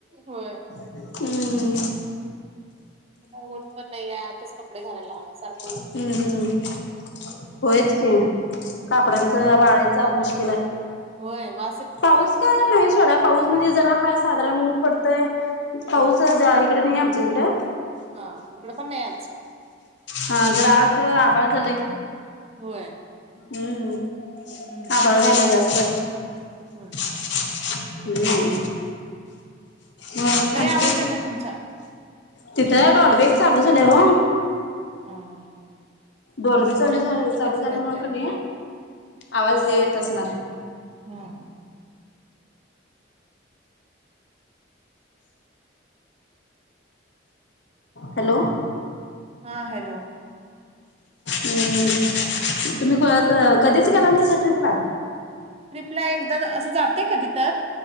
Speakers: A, on the right; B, on the left.
A: होय
B: हम्म
A: ऊठ पण नाही आताच कपडे घायला लावणार सारख
B: हम्म हम्म होयच की
A: हम्म.
B: कापडांचं वाळायच मुश्किल आहे
A: होय. वा
B: पाऊस काय नाही सोडा पाऊस म्हणजे जरा हा साधारण ऊन पडतय. पाऊस
A: होय
B: जा इकड नाहीये आमच्या इकडं
A: हा इकडं पण नाय आज
B: हा जरा आ खर आभाळ झालंय.
A: होय.
B: हम्म
A: हम्म
B: आभाळ झालंय जास्त
A: होय.
B: हम्म मग
A: लय
B: आणखी
A: आवाज यायलाय तुमचा
B: तिथं डॉलबेचं चालू झालय ओ
A: ह
B: डॉल्बी चालू झाल चालू
A: असं
B: झाल्यामुळ
A: काहीतरी आहे.
B: कणी आवाज येत असणार.
A: हूं
B: हॅलो
A: हा हॅलो
B: हम्म तुम्ही क क कधीच गेला नाय त्या ट्रीपला
A: ट्रिप ला एकदा असं जाते कधी तर